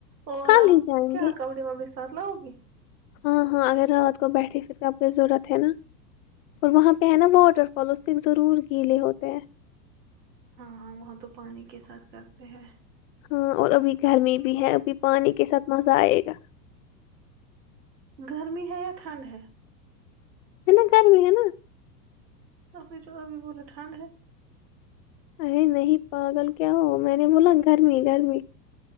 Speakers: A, on the right; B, on the left.
A: اور
B: کل
A: آپ
B: ہی جائیں
A: کیا
B: گے
A: کورے مبس ساتھ لاوگی
B: ہاں ہاں اگر رات کو بیٹھے پھر آپ کو ضرورت ہے نا اور وہاں پہ ہے نا واٹر فال اس سے ضرور گیلے ہوتے ہیں
A: ہاں وہاں تو پانی کے ساتھ کرتے ہیں
B: ہاں اور ابھی گرمی بھی ہے ابھی پانی کے ساتھ مزہ آئے گا
A: گرمی ہے یا ٹھنڈ ہے
B: ہے نا گرمی ہے نا
A: اپ نے جو ابھی بولے ٹھنڈ ہے
B: ارے نہیں پاگل کیا ہو میں نے بولا گرمی گرمی